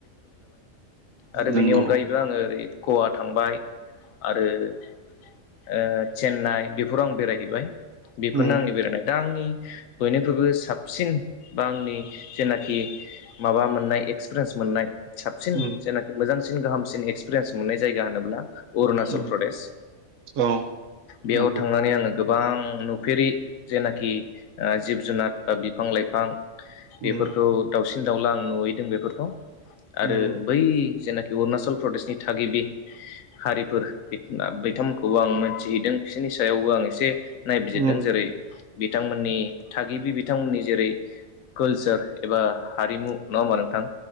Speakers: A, on the left; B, on the right.
A: आरो बेनि
B: नंगौ
A: अनगायैबो आङो ओरै गवा थांबाय आरो ओ चेन्नाइ बेफोराव आं बेरायहैबाय बेफोरनो
B: उम
A: आंनि बेरायनाय दा आंनि बयनिख्रुबो साबसिन बा आंनि जेनाखि माबा मोननाय एक्सपिरिन्स मोननाय साबसिन
B: उम
A: जेनाखि मोजां सिन गाहामसिन एक्सपिरियेन्स मोननायायगा होनोब्ला अरुणचल
B: उम
A: प्रदेश
B: औ
A: बेयाव
B: नंगौ
A: थांनानै आङो गोबां नुफेरि जेनाखि जिब जुनार बा बिफां लाइफां
B: उम
A: बेफोरखौ दाउसिन दाउला आं नुहैदों बेफोरखौ आरो
B: उम
A: बै जेनाखि अरुणाचल प्रदेशनि थागिबि हारिफोर बिथांमोनखौबो आं मोनन्थिहैदों बिसोर नि सायावबो आं एसे नायबिजिरदों
B: उम
A: जेरै बिथांमोननि थागिबि बिथांमोननि जेरै कलचार एबा हारिमु नङा होमबा नोंथां?